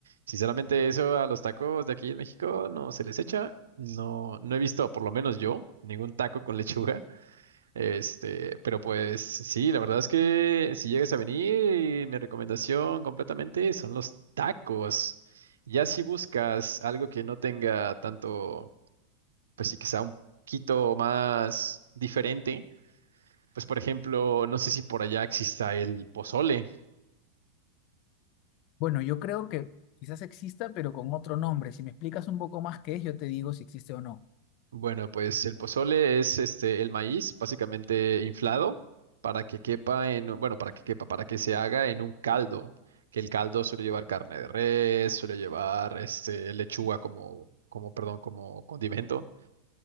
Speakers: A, on the right (about 65°); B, on the left (about 40°).
A: sinceramente eso a los tacos de aquí en México no se les echa. No, no he visto, por lo menos yo, ningún taco con lechuga. Este, pero pues sí, la verdad es que si llegas a venir, mi recomendación completamente son los tacos. Ya si buscas algo que no tenga tanto, pues sí que sea un poquito más diferente, pues por ejemplo, no sé si por allá exista el pozole.
B: Bueno, yo creo que quizás exista, pero con otro nombre. Si me explicas un poco más qué es, yo te digo si existe o no.
A: Bueno, pues el pozole es este el maíz básicamente inflado para que quepa en, un- bueno, para que quepa, para que se haga en un caldo, que el caldo suele llevar carne de res, suele llevar este lechuga como como perdón, como condimento.